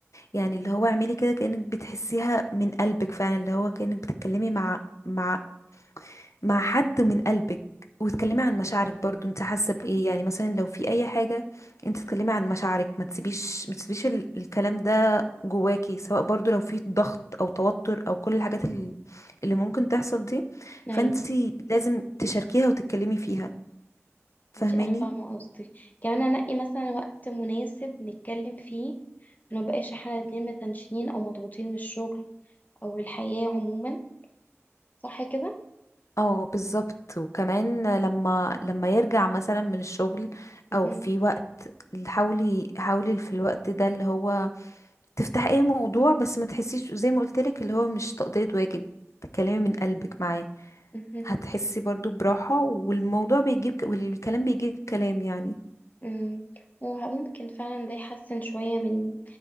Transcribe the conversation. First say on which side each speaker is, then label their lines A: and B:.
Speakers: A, on the left; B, on the left.
A: يعني اللي هو اعملي كده كأنك بتحسيها من قلبك فعلا اللي هو كأنك بتتكلمي مع مع مع حد من قلبك وتكلمي عن مشاعرك برضو انت حاسه بايه يعني مثلا لو في اي حاجه انت تتكلمي عن مشاعرك ما تسيبيش ما تسيبيش ال- الكلام ده جواكي سواء برضو لو في ضغط او توتر او كل الحاجات ال- اللي ممكن تحصل دي
B: ايوه
A: فانت لازم تشاركيها وتتكلمي فيها فاهماني
B: انت انا فاهمه قصدك كمان انقي مثلا وقت مناسب نتكلم فيه ما نبقاش احنا الاتنين متنشنين او مضغوطين من الشغل او الحياه عموما صح كده
A: اه بالظبط وكمان لما لما يرجع مثلا من الشغل
B: مهم.
A: او في وقت حاولي حاولي في الوقت ده اللي هو تفتح اي موضوع بس ما تحسيش زي ما قلت لك اللي هو مش تقضية واجب تتكلمي من قلبك معاه
B: مهم.
A: هتحسي برضو براحة والموضوع بيجيب والكلام بيجيب كلام يعني
B: مم. وممكن فعلا ده يحسن شويه من